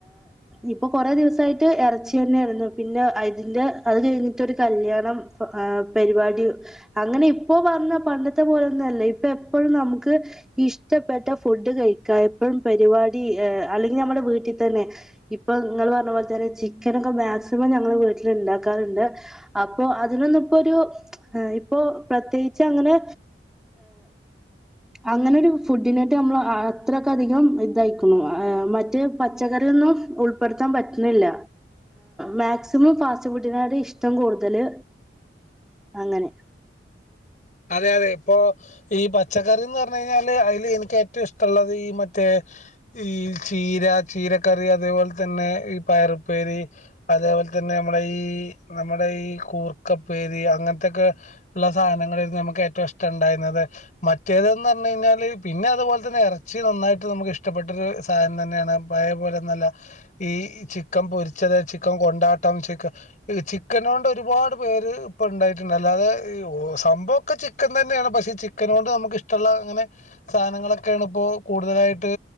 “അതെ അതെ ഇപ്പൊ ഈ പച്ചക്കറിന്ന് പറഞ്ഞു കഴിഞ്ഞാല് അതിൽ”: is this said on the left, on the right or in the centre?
Left